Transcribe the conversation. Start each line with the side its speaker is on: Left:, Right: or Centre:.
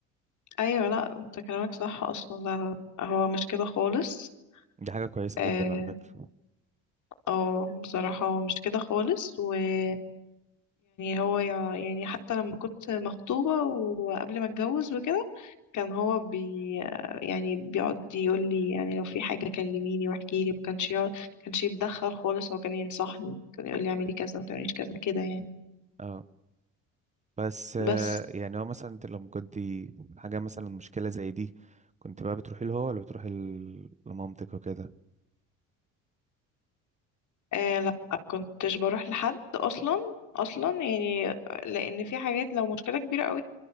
Left: ايوه لا انت كلامك صح اصلا لا لا لا، هو مش كده خالص
Right: دي حاجة كويسة
Left: اه
Right: جدا على فكرة
Left: آه، بصراحة هو مش كده خالص ويعني هو يع- يعني حتى لما كنت مخطوبة وقبل ما اتجوز وكده كان هو بي يعني بيقعد يقول لي يعني لو في حاجة كلميني واحكي لي وكانش يقعد- كانش يتدخل خالص هو كان ينصحني كان يقول لي اعملي كذا ما تعمليش كذا كده يعني
Right: اه بس آه،
Left: بس
Right: يعني هو مثلا انت لما كنت حاجة مثلا مشكلة زي دي كنت بقى بتروحي له هو ولا بتروحي ل- لمامتك وكده
Left: آه لا كنتش بروح لحد اصلا اصلا يعني لان في حاجات لو مشكلة كبيرة قوي